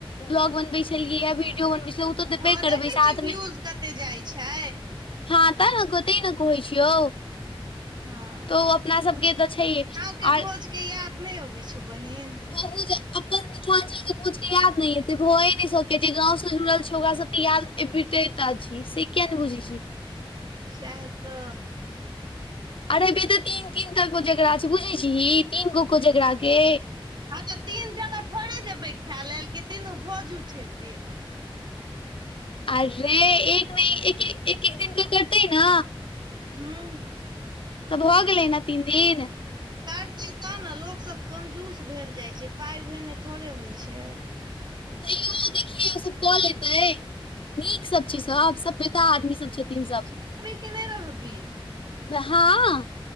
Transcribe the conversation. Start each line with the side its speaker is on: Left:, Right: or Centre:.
Left: ब्लॉग बनबै छलियै, या वीडियो बनबै छलै ओ तऽ। देबे
Right: हँ,
Left: करबै
Right: देखै
Left: साथमे
Right: छीय व्यूज कते जाइ छै।
Left: हँ, ता नेते न कहै छी यौ।
Right: हँ
Left: तऽ अपना सभके तऽ छै।
Right: गाँंव के
Left: आर
Right: भोज के याद नहि अबै छौ बहन?
Left: ब अपन मिथिलांचलके भोजके य याद नहि एते भए नहि सकै छै, जे गाव से जुड़ल छी ओकरा सभके याद अबिते तऽ छी से किया ने बुझे छी।
Right: सह तऽ।
Left: अरेबे तऽ तीन तीन तटाक जकरा छै, बुझै छी तीन गो को जकराके
Right: हँ, तऽ तीन जगह थोड़े जेबै खाय लेल, कि तीनू भोज उठेतै।
Left: अरे एक नहि एक एक दिन क करतै न।
Right: हँ।
Left: तऽ भऽ गेलैने तीन दिन
Right: करतै तब ने लोकसभ कंजूस भेल जाइ छै पाय भेने थोड़े होइत छै।
Left: तैयो देखिये ओ सभ कल लेते नीक सभ छै सभ सभ का आदमी सभ छथिन सभ
Right: के नहि रहबी।
Left: हँ,